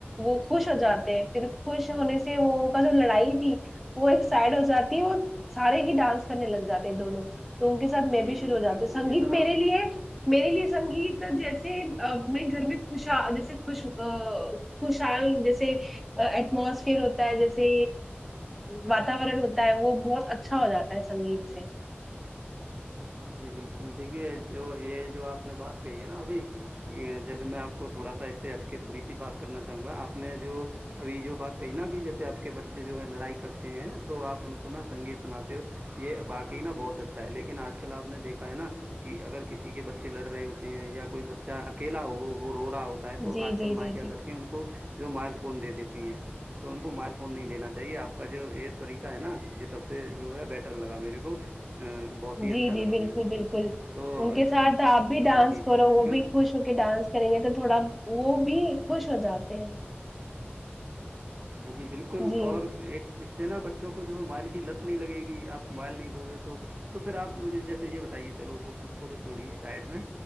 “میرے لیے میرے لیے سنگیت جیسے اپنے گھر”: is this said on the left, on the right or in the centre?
Centre